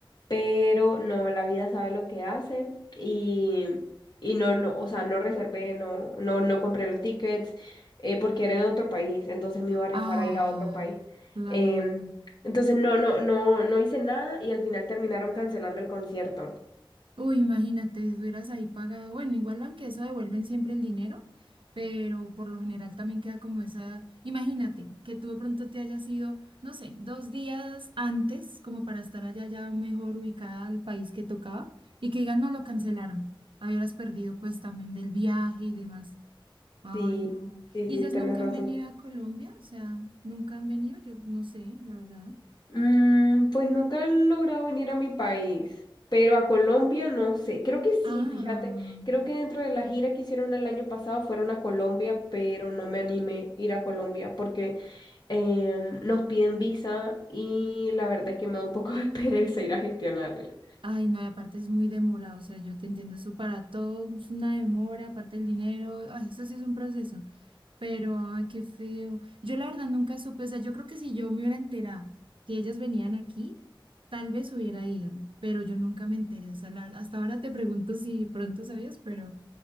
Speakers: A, on the left; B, on the right.
A: pero no, la vida sabe lo que hace y, y no, no, o sea, no reservé, no, no, no compré los tickets eh, porque era en otro país, entonces me iba a rifar
B: Ah,
A: a ir a otro país.
B: claro.
A: Em, entonces no, no, no, no hice nada y al final terminaron cancelando el concierto.
B: Uy, imagínate, si hubieras ahí pagado. Bueno, igual aunque eso devuelven siempre el dinero, pero por lo general también queda como esa. Imagínate que tú de pronto te hayas ido, no sé, dos días antes, como para estar allá ya mejor ubicada al país que tocaba, y que digan, no lo cancelaron. Habieras perdido pues también del viaje y demás. Ay,
A: Sí,
B: no.
A: sí,
B: ¿Y
A: sí,
B: ellas
A: tenés
B: nunca
A: razón.
B: han venido a Colombia? O sea, nunca han venido, yo no sé, la verdad.
A: Mm, pues nunca he logrado venir a mi país, pero a Colombia no sé. Creo que sí,
B: Ah,
A: fíjate. Creo que dentro de la gira que hicieron el año pasado fueron a Colombia, pero no me animé a ir a Colombia porque em, nos piden visa y la verdad es que me da un poco de <laughs> pereza ir a gestionarla.
B: Ay, no, y aparte es muy demorado, o sea, yo te entiendo, eso para todo es una demora, aparte el dinero, ay, eso sí es un proceso, pero ay, qué feo. Yo la verdad nunca supe, o sea, yo creo que si yo me hubiera enterado que ellas venían aquí, tal vez hubiera ido, pero yo nunca me enteré, o sea, la verdad, hasta ahora te pregunto si pronto sabías, pero,